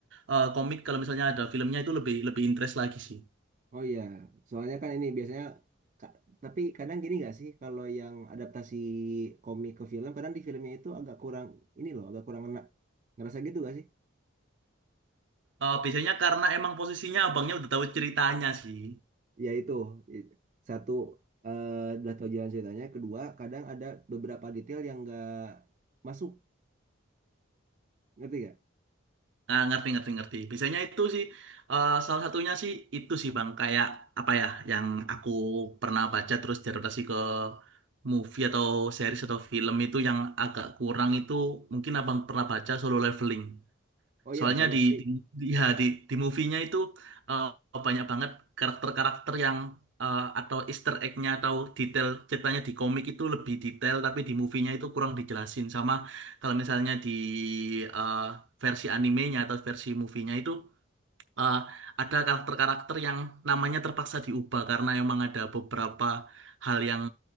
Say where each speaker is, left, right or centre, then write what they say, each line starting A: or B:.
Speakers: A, on the right; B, on the right.
A: eh, komik, kalau misalnya ada filmnya itu lebih lebih interest lagi sih.
B: Oh iya, soalnya kan ini biasanya ka- tapi kadang gini gak sih kalau yang adaptasi komik ke film kadang di filmnya itu agak kurang ini loh, agak kurang enak. Ngerasa gitu gak sih?
A: Eh, biasanya karena emang posisinya abangnya udah tahu ceritanya sih.
B: Ya itu I- satu eh udah tahu jalan ceritanya, kedua kadang ada beberapa detail yang nggak masuk. Ngerti gak?
A: Ah, ngerti ngerti ngerti. Biasanya itu sih eh, salah satunya sih itu sih bang kayak apa ya yang aku pernah baca terus diadaptasi ke movie atau series atau film itu yang agak kurang itu mungkin abang pernah baca Solo Leveling.
B: Oh iya,
A: Soalnya
B: Solo
A: di
B: Leveling
A: di di, ya, di, di movie-nya itu eh, banyak banget karakter-karakter yang eh, atau Easter egg-nya atau detail ceritanya di komik itu lebih detail tapi di movie-nya itu kurang dijelasin sama kalau misalnya di eh, versi animenya atau versi movie-nya itu eh, ada karakter-karakter yang namanya terpaksa diubah karena emang ada beberapa hal yang